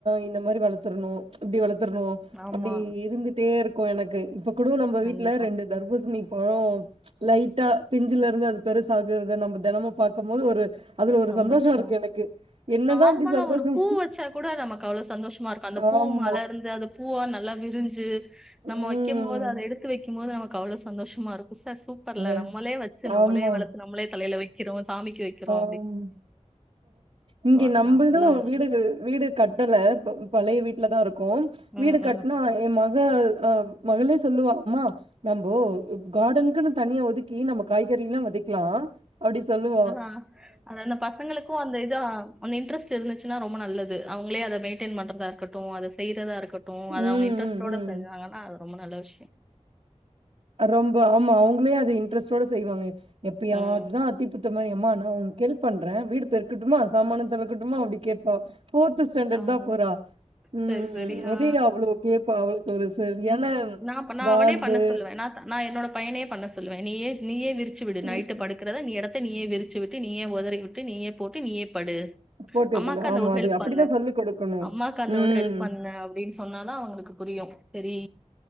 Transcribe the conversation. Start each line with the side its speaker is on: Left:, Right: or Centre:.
Right: இந்த மாரி வளத்துர்ணூ இப்டி வளத் துர்ணூ
Centre: ஆமா,
Right: அப்டி இருந்துட்டேருக் கூ எனக்கு இப்ப கூட நம்ப வீட்ல
Centre: கண்டிப்பா.
Right: ரெண்டு தர்பூஸ்ணி போ லைட்டா பிஞ்சுலருந்து அது பெருசாகுறத நம்ம தெனமு பாக்கும்போது ஒரு அதுல ஒரு
Centre: சந்தோஷோ
Right: சந்தோஷம் இருக்கு எனக்கு. என்னதான்
Centre: நார்மலா
Right: அப்படி சந்தோஷம்
Centre: ஒரு பூ வச்சா கூட நமக்கு அவ்ளோ சந்தோஷமா இருக்கு அந்த பூ
Right: ஆமா.
Centre: மலர்ந்து அந்த பூவா நல்லா விரிஞ்சு
Right: ம்.
Centre: நம்ம வைக்கும் போது அத எடுத்து வைக்கும் போது நம க்கு அவ்ளோ சந்தோஷமா இருக்கு ஸ் த சூப்பர் ல
Right: வே
Centre: நம்மளே வெச்சு நம்மளே
Right: ஆமா.
Centre: வளத்து நம்மளே தலையில வெக்கிறோ சாமி கி வெக்கிறோ
Right: ம் இங்கே
Centre: அதெல்லாம்
Right: நம்பல்துன்னு
Centre: நல்ல உணர்வு
Right: வீடு வீடு கட்டல ப பழைய வீட்டுல தா இருக் கோம் வீடு
Centre: ம்
Right: கட்னா
Centre: ம்
Right: எ மக அ மகளே சொல்லுவா அம்மா நம்போ காடனுக்குன்னு தனியா ஒதுக்கி நம்ம காய்கறில்லா வெதைக்கலா அப்டி சொல்லுவா
Centre: அ அது அந்த பசங்களுக்கோ அந்த இதா அந்த இன்ட்ரெஸ்ட் இருந்துச்சுன்னா ரொம்ப நல்லது து அவுங்களே அத மெயின்டென் பண்றதா இருக்கட்டு அத செய்யறதா இருக்கட்டு ட்டு அத
Right: ம்
Centre: அவுங்க இன்டரெஸ்டோட
Right: ம் ம்
Centre: செஞ்சாங்கன்னா அத ரொம்ப நல்லா விஷயு
Right: ரொம்ப ஆமா அவுங்களே அத இன்ட்ரெஸ்டோட செய்வாங்க எப்பயாது
Centre: ம்
Right: தா அத்தி பூத்த மாரி யம்மா நா ஊன் ஹெல்ப் பண்ற வீடு பெருக்கட்டுமா சமானத் தொலக்கட்டுமா அப்டி கேப்பா ஃபோர்த் ஸ்டாண்டர்ட்
Centre: ஆமா
Right: தா போறா ம்
Centre: சரி சரி ஆ
Right: அவயே அவ்ளோ கேப்பா ஒரு சர் என்ன
Centre: நா நா
Right: வாண்டு
Centre: அவனே பண்ண சொல்லுவே நா நா என்னோட பையனே பண்ண சொல்லுவே நீயே நீயே விரு ரிச்சு விடு
Right: ம்
Centre: நைட்டு படுக்கறத நீ எடத் நீயே விரிச்சிவிட்டு நீயே ஒதறிவிட்டு நீயே போட்டு நீயேப் படு
Right: சப்போர்ட்டிவ்னா
Centre: அம்மாக்கு அந்த
Right: ஆமா.
Centre: ஒரு
Right: அது
Centre: ஹெல்ப்
Right: அப்படிதான்
Centre: பண்ணு
Right: சொல்லிக் குடுக்கணும்.
Centre: அம்மாக்கு அந்த
Right: ம்.
Centre: ஒரு ஹெல்ப் பண்ணு அப்டின்னு சொன்னாதா அவுங்களுக்கு புரியு செரி